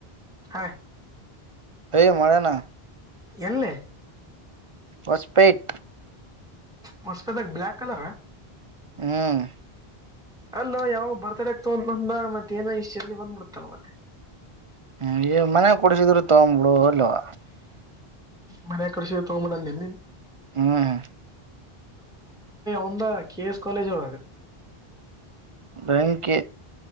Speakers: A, in the centre; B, on the right.
A: ಹ.
B: ಯ ಮಾಡೆನ.
A: ಎಲ್ಲಿ.
B: ಹೊಸಪೇಟ್.
A: ಹೊಸ್ಪೇದ ಬ್ಲಕ್ ಕಲರ್.
B: ಹ್ಮ್.
A: ಅಲ್ಲ ಯಾವಾಗ ಬರ್ತಡೆ ಆಗ್ತ ಅಂತಂದ ಮತ್ತೇ ಏನೋ ಇಷ್ಟಲ್ಲಿ ಬಂದ್ಬಿಡ್ತಲ್ಲ ಮತ್ತೆ.
B: ಹ್ಮ ಮನೆ ಕೊಡಸಿದ್ರು ತಗೊಂಬಿಳ ಅಲ್ವಾ.
A: ಮನ ಕಡಸ ತಗೊಂಬ ನೀ.
B: ಹ್ಮ. <inaudible>
A: ಒಂದ ಕೆ ಎಸ್ ಕಾಲೇಜ್ ಒಳಗೆ.
B: ಬೆಂಕಿ